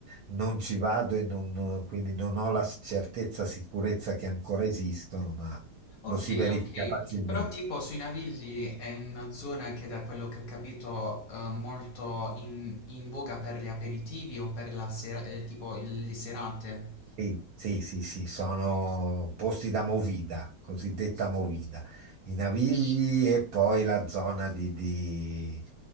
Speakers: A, on the right (about 65°); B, on the left (about 70°).
A: non ci vado e non- non- quindi non ho la certezza, sicurezza che ancora esistono, ma
B: Ok,
A: lo si verifica
B: ok.
A: facilmente.
B: Però tipo sui Navilli è una zona che da quello che ho capito eh, molto in, in voga per gli aperitivi o per la sera, eh, tipo le serate.
A: Sì, sì, sì, sì, sono posti da movida, cosiddetta movida, i Navigli e poi la zona di, di,